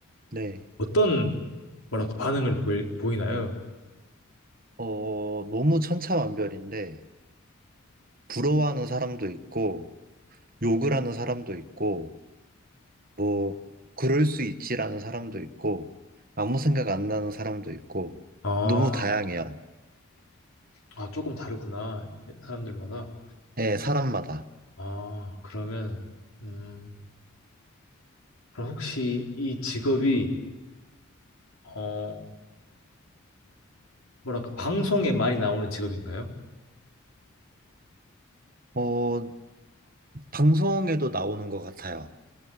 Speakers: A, on the right; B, on the left.
A: 네.
B: 어떤 뭐랄까 반응을 보이, 보이나요?
A: 어, 너무 천차만별인데, 부러워하는 사람도 있고, 욕을 하는 사람도 있고, 뭐, 그럴 수 있지라는 사람도 있고, 아무 생각 안 나는 사람도 있고,
B: 아,
A: 너무 다양해요.
B: 아, 조금 다르구나. 사람들마다.
A: 예, 사람마다.
B: 아, 그러면 음, 그럼 혹시 이 직업이 어, 뭐랄까 방송에 많이 나오는 직업인가요?
A: 어, 방송에도 나오는 것 같아요.